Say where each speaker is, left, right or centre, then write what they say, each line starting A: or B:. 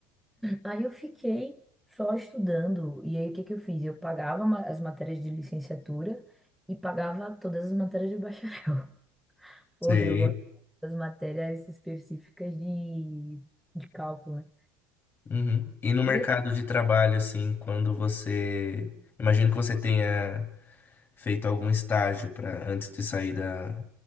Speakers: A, in the centre; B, on the left.
A: Aí eu fiquei só estudando. E aí o que que eu fiz? Eu pagava ma- as matérias de licenciatura e pagava todas as matérias de bacharel.
B: Sei.
A: Porque eu gosto das matérias específicas de, de cálculo, né?
B: Uhum. E no mercado
A: E assim,
B: de trabalho, assim, quando você. Imagino que você tenha feito algum estágio para antes de sair da.